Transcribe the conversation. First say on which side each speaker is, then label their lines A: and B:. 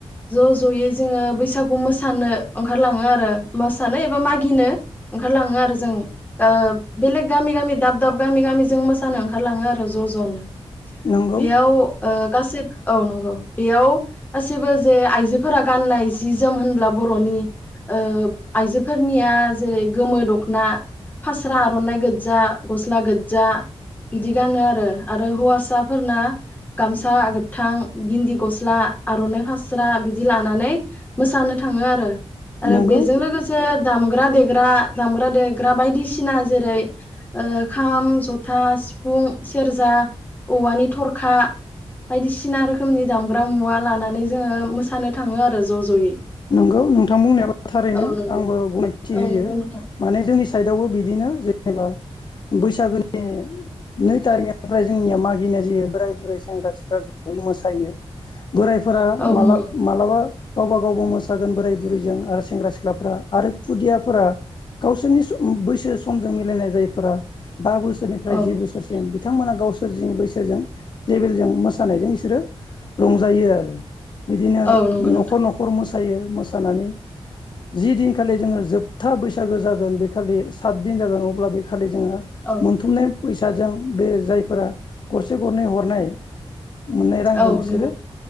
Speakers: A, on the left; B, on the left.
A: ज'ज' जयै जोङो बैसागु मोसानो ओंखारलाङो आरो मोसानो एबा मागिनो ओंखारलाङो आरो जों ओ बेलेग गामि गामि दाब दाब गामि गामि जों मोसानो ओंखारलाङो आरो ज' ज' नो
B: नंगौ
A: बेयाव ओ गासै औ नंगौ बेयाव गास गासिबो जे आइजो फोरा गाननाय जि जोम होनब्ला बरनि ओ आइजोफोरनिया जेरै गोमो दखना फास्रा आरनाइ गोजा गस्ला गोजा बिदि गानो आरो आरो हौवासाफोरना गामसा गोथां गिन्दि गस्ला आरनाइ फास्रा बिदि बिदि लानानै मोसानो थाङो आरो आरो
B: नंगौ
A: बेजों लोगोसे दाम दामग्रा देग्रा दामग्रा देग्रा बायदिसिना जेरै ओ खाम, जथा, सिफुं, सेरजा औवानि थरखा बायदिसिना रोखोमनि दामग्रा मुवा लानानै जोङो मोसानो थाङो आरो ज' ज'यै
B: नंगौ नोंथां बुंनायाबो थारैनो
A: औ नंगौ
B: आंबो गनायथि
A: औ
B: होयो
A: नंगौ नोंथां
B: माने जोंनि साइडआवबो बिदिनो जे। जेनेबा बैसागोनि नै थारिखनिफ्राय जोंनिया मागिनाय जायो बोराय बुरै सेंग्रा सिख्ला जयै मोसायो। बोरायफोरा
A: औ
B: माला
A: नंगौ
B: मालाबा। गावबा गावबो मोसागोन बोराय बुरैजों आरो सेंग्रा सिख्लाफोरा आरो खुदियाफोरा गावसोरनि सम बैसो समजों मिलायनाय जायफोरा। बा बोसोरनिफ्राय
A: औ
B: जि बोसोरसिम बि। थांमोना गावसोर जिनि बैसोजों लेबेलजों मोसानायजों इसोरो रंजायो आरो। बिदिनो
A: औ नंगौ
B: न'ख
A: नोंथां
B: नखर मोसायो मोसानानै जि दिनखालि जोङो जोबथा बैसागो जागोन बेखालि सात दिन जागोन अब्ला। खालि जोङो
A: औ
B: मोनथुमनाय <inaudible> साजों बे जायफोरा गरसे गरनै हरनाय। मोननाय रांजों
A: औ
B: बिसोरो।
A: नंगौ